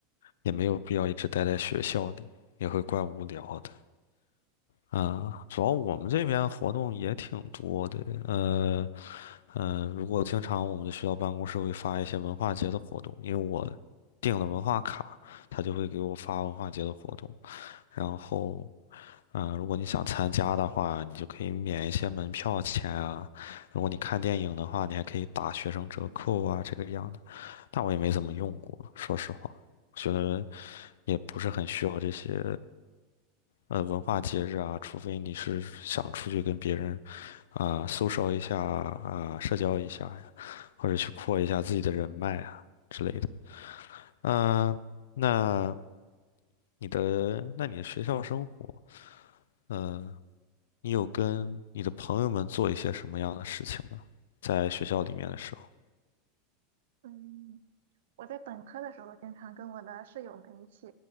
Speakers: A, on the left; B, on the right.
A: 也没有必要一直待在学校里，也会怪无聊的。啊，主要我们这边活动也挺多的，呃，呃，如果经常我们的学校办公室会发一些文化节的活动，因为我订了文化卡，他就会给我发文化节的活动，然后，嗯、如果你想参加的话，你就可以免一些门票钱啊，如果你看电影的话，你还可以打学生折扣啊，这个样的，但我也没怎么用过，说实话，我觉得也不是很需要这些呃，文化节日啊，除非你是想出去跟别人啊、social 一下啊、社交一下呀，或者去扩一下自己的人脉啊之类的。啊、那你的那你的学校生活，嗯、你有跟你的朋友们做一些什么样的事情吗？在学校里面的时候，
B: 嗯，我在本科的时候经常跟我的室友们一起